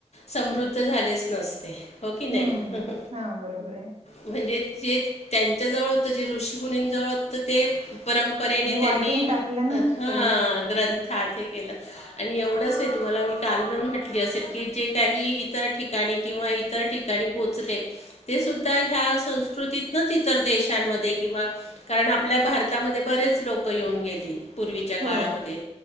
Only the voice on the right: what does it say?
हम्म हा बरोबर आहे.
वाटून टाकलं ना
सगळं
हो